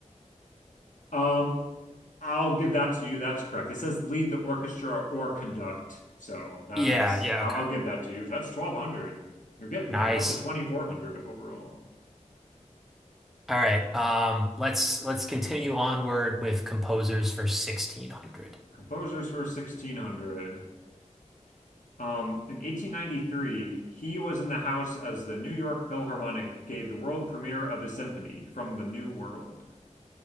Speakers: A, on the left (about 80°); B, in the centre.
A: Um, I'll give that to you. That's correct. It says lead the orchestra or conduct. So that
B: Yeah,
A: is,
B: yeah,
A: I'll,
B: okay.
A: I'll give that to you. That's 1200. You're getting
B: Nice.
A: there. You're up to 2400 overall.
B: All right. Um, let's let's continue onward with composers for 1600.
A: Composers for 1600. Um, in 1893, he was in the house as the New York Philharmonic gave the world premiere of his symphony, From the New World.